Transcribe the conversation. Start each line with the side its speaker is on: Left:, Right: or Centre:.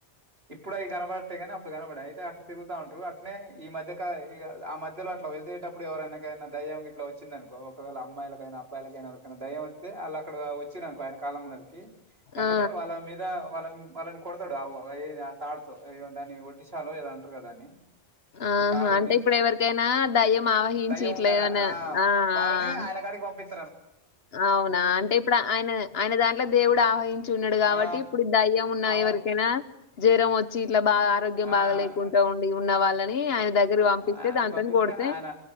Right: ఇప్పుడు ఈ కనపడితే కానీ కనబడి అయితే అట్ తిరుగుతా ఉంటారు అట్నే ఈ మధ్య ఆ మధ్యలో అట్లా వెళ్దతేటప్పుడు ఎవరైనాకనా ఇట్లా వచ్చిందను ఒకవేళ అమ్మాయిలకైనా అబ్బయిలకైనా ఎరికైనా దయం వస్తే అలా అక్కడ వచ్చిననుకో ఆయన కాలంందరికి ఏమంటే
Left: ఆ
Right: వాళ్ళ మీద వాళ్ళ వాళ్ళని కొడతాడు ఏ ఆ తాడుతో దాన్ని కొటిసలో ఏద అంటారు కదాని
Left: ఆహా
Right: తాడుని
Left: అంటే ఇప్పుడు ఎవరికైనా దయ్యం ఆవహించి
Right: దయ్యం
Left: ఇట్లా
Right: ఉందని
Left: ఏమన్నా
Right: ఆ వాళ్ళని
Left: ఆ
Right: ఆయన కాడికి పంపిస్త
Left: అవునా అంటే ఇప్పుడు ఆయన ఆయన దాంట్లో దేవుడు ఆహవాహంచి ఉన్నాడు కాబట్టి
Right: ఆ
Left: ఇప్పుడు దయ్యం ఉన్నాయో
Right: ఆమె
Left: వకేనా జరం వచ్చి ఇట్లా బాగా ఆరోగ్యం
Right: ఆ
Left: బాగా లేకుండా ఉండి ఉన్న వాళ్ళని ఆయన దగ్గర పంపిస్తే
Right: ఆయనకి
Left: దాంతోని
Right: పంపిస్తే
Left: కొడితే
Right: ఆయన